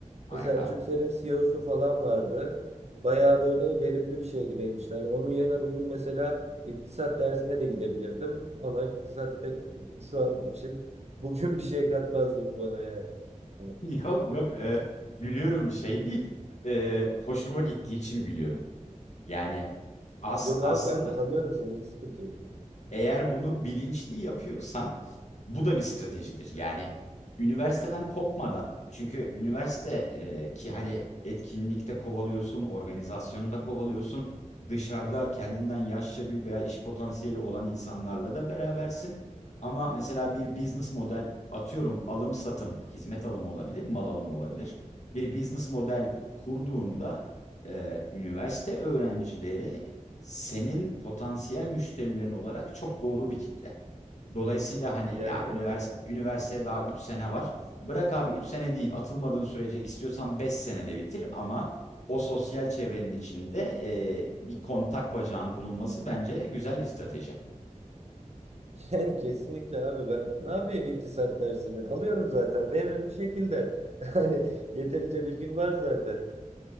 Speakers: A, on the right; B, on the left.
A: Mesela
B: Harika.
A: Turkcell'in CEO'su falan vardı. Bayağı böyle verimli bir şeydi benim için. Hani onun yerine bugün mesela iktisat dersine de gidebilirdim. Ama iktisat pek şu an için bugün bir şey katmazdı bana yani. Yani.
B: <laughs> Yok yok e, gülüyorum şey
A: <laughs>
B: değil. E, hoşuma gittiği için gülüyorum. Yani as
A: Yok
B: aslında
A: abi ben tanıyorum seni hiç sıkıntı yok.
B: eğer bunu bilinçli yapıyorsan Bu da bir stratejidir. Yani üniversiteden kopmadan çünkü üniversite e, ki hani etkinlikte kovalıyorsun, organizasyonda kovalıyorsun, dışarıda kendinden yaşça büyük veya iş potansiyeli olan insanlarla da berabersin. Ama mesela bir business model atıyorum alım satım, hizmet alımı olabilir, mal alımı olabilir. Bir business model kurduğunda e, üniversite öğrencileri senin potansiyel müşterilerin olarak çok doğru bir kitle. Dolayısıyla hani
A: Yani.
B: ya Evet. üniversite
A: <laughs>
B: üniversiteye daha 3 sene var. Bırak abi 3 sene değil atılmadığın sürece istiyorsan 5 senede bitir ama o sosyal çevrenin içinde eee, bir kontak bacağın bulunması bence güzel bir strateji.
A: Yani kesinlikle abi ben ne yapayım iktisat dersini? Alıyorum zaten veririm bir şekilde. <laughs> Hani yeterince bilgim var zaten.